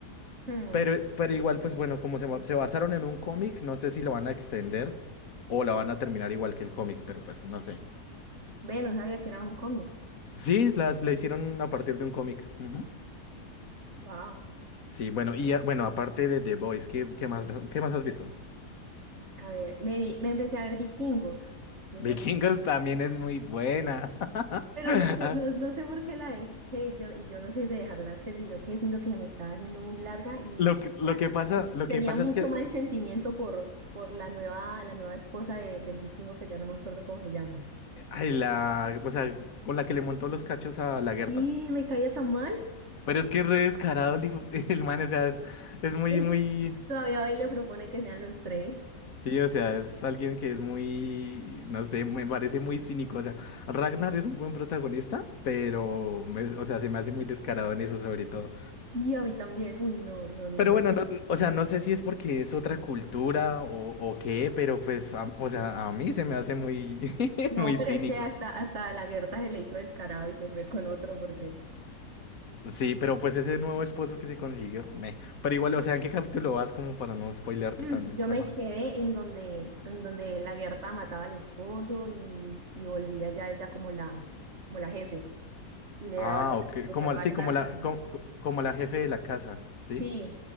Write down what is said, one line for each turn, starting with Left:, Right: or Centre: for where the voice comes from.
Right: Hmm.
Left: Pero, pero igual, pues bueno, como se, ba- se basaron en un cómic, no sé si lo van a extender o la van a terminar igual que el cómic, pero pues no sé.
Right: Ve, no sabía que era un cómic.
Left: Sí, la, la hicieron a partir de un cómic. Ujú.
Right: Wow.
Left: Sí, bueno, y ah, bueno, aparte de The Boys, ¿qué, qué más, qué más has visto?
Right: A ver, me vi- me empecé a ver Vikingos. Vikingos
Left: Vikingos también es muy buena. <laughs>
Right: Pero
Left: Ah,
Right: no sé, no, no sé por qué la dejé yo, y yo no soy de dejar la serie, sino que siento que me estaba haciendo muy larga y
Left: Lo que, lo
Right: ya
Left: que pasa, lo
Right: tenía
Left: que pasa
Right: mucho
Left: es que,
Right: mal sentimiento por, por la nueva, la nueva esposa de- del vikingo que ya no me acuerdo cómo se llama.
Left: ay, la, o sea, con la que le montó los cachos a la Gerta.
Right: Y me caía tan mal.
Left: Pero es que es re descarado el, hijo- <laughs> el man, o sea, es, es muy,
Right: <laughs>
Left: muy...
Right: Todavía va y le propone que sean los tres.
Left: Sí, o sea, es alguien que es muy, no sé, me parece muy cínico. O sea, Ragnar es un buen protagonista, pero, me- o sea, se me hace muy descarado en eso, sobre todo.
Right: Y a mí también. Uy, no, no, no,
Left: Pero
Right: no.
Left: bueno, no- o sea, no sé si es porque es otra cultura o, o qué, pero pues, a- o sea, a mí se me hace muy, <laughs>
Right: No,
Left: muy
Right: pero
Left: cínico.
Right: es que hasta, hasta a la Gerta se le hizo descarado y se fue con otro porque
Left: Sí, pero pues ese nuevo esposo que se consiguió, me. Pero igual, o sea, ¿en qué capítulo vas como para no spoilearte
Right: <laughs> Mm,
Left: también
Right: Yo
Left: trama?
Right: me quedé en donde, en donde la Gerta mataba al esposo y, y volvía ya ella como la, como la jefe y le
Left: Ah,
Right: daba los recursos
Left: ok, como
Right: a Ragnar
Left: sí, como la,
Right: para...
Left: como, como la jefe de la casa, ¿sí?
Right: Sí,